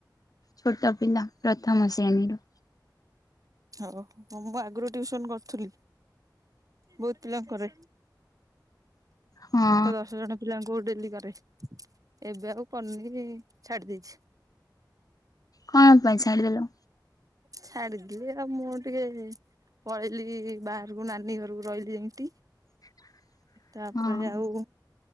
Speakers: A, on the left (about 50°); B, on the right (about 50°).
A: ଛୋଟ ପିଲା ପ୍ରଥମ ଶ୍ରେଣୀରୁ।
B: ଓହୋ ମୁଁ ବି ଆଗରୁ ଟିଉସନ କରୁଥିଲି। ବହୁତ ପିଲା କରେ।
A: ହଁ
B: ଆଠ ଦଶ ଜଣ ପିଲାଙ୍କୁ ଡେଲି କରେ। ଏବେ ଆଉ କରୁନି ଛାଡି ଦେଇଛି।
A: କଣ ପାଇଁ ଛାଡିଦେଲ?
B: ଛାଡିଦେଲି ଆଉ ମୁଁ ଟିକେ ପଳେଇଲିି ବାହାରକୁ ନାନୀ ଘରକୁ ରହିଲି ଏମିତି
A: <inaudible>
B: ତାପରେ
A: ହଁ
B: ଆଉ